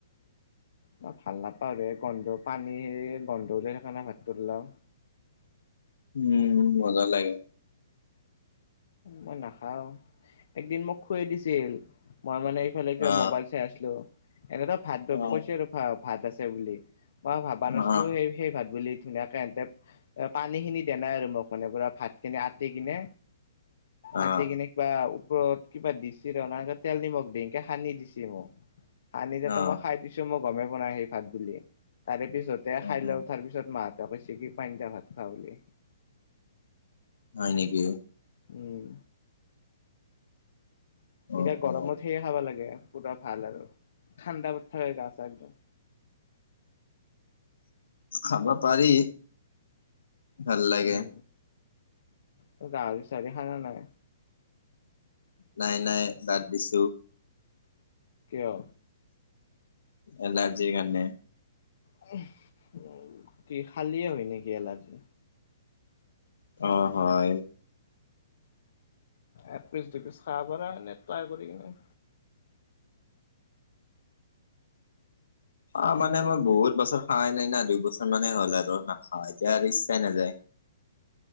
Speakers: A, on the left; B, on the left.
A: মই ভাল নাপাওঁ ৰে গন্ধ পানী সেই গন্ধ ওলাই সেইকাৰণে নে ভাতটো ওলাওঁ।
B: উম মজ্জা লাগে।
A: মই নাখাও একদিন মোক খুৱেই দিছিল মই মানে সিফালে কিবা
B: অ
A: মোবাইল চাই আছিলোঁ এনেকুৱা ভাত
B: অ
A: কৈছে আৰু ভা ভাত আছে বুলি। মই ভাবা নাছলো
B: অ
A: সেই সেই ভাত বুলি। ধুনীয়াকে এন্তে পানী খিনি দে নাই আৰু মোক মানে পুৰা ভাতখিনি আটি কিনে
B: অ অ
A: আতি কেনে কিবা ওপৰত কিবা দিছিল ৰে তেল নিমখ দিকে সানি দিছি মোক। সানি যাতে
B: অ
A: মই খাই দিছো মই গমেই পোৱা নাই সেই ভাত বুলি তাৰে পিছতে
B: অ
A: খাই লৈ উঠাৰ পিছত মা তাৰ পিছত কি পান্টা ভাত খাওঁ বুলি।
B: হয় নেকি?
A: উম।
B: অ অ
A: এতিয়া গৰমত সেইয়ে খাব লাগে পুৰা ভাল আৰু ঠাণ্ডা কৰি থাকে গা চা একদম।
B: খাব পাৰি। ভাল লাগে
A: উম। তই গাহৰি চাহৰি খাওঁ নে নাই?
B: নাই নাই বাদ দিছোঁ।
A: কিয়?
B: এলাৰ্জি ৰ কাৰণে।
A: উহ হু কি খালিয়ে হয় নেকি এলাৰ্জি?
B: অ হয়।
A: এ পিচ দু পিচ খাব পাৰ নে ট্ৰাই কৰি কিনে।
B: অ মানে মই বহুত বছৰ খাৱা নাই না দুই বছৰ মানে হ'ল আৰু নাখাওঁ এতিয়া আৰু ইচ্ছাই নাজাই।